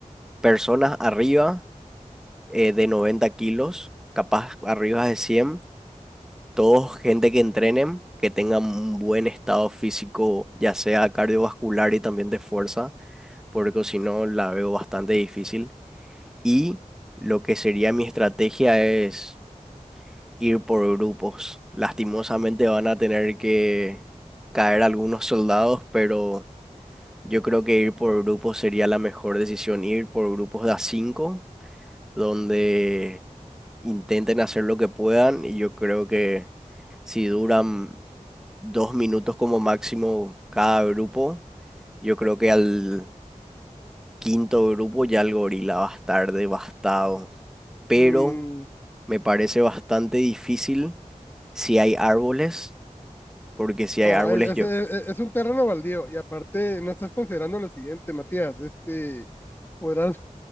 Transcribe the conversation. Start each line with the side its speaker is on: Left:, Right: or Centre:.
Centre: personas arriba eh, de 90 kilos, capaz arriba de 100, todos gente que entrenen, que tengan un buen estado físico, ya sea cardiovascular y también de fuerza, porque si no la veo bastante difícil. Y lo que sería mi estrategia es ir por grupos. Lastimosamente van a tener que caer algunos soldados, pero yo creo que ir por grupos sería la mejor decisión. Ir por grupos de a 5, donde intenten hacer lo que puedan. Y yo creo que si duran dos minutos como máximo cada grupo, yo creo que al quinto grupo ya el gorila va a estar devastado. Pero
Left: Mm,
Centre: Me parece bastante difícil si hay árboles, porque si hay
Left: no,
Centre: árboles
Left: es,
Centre: yo.
Left: es- es- es un terreno baldío y aparte no estás considerando lo siguiente, Matías, este, podrás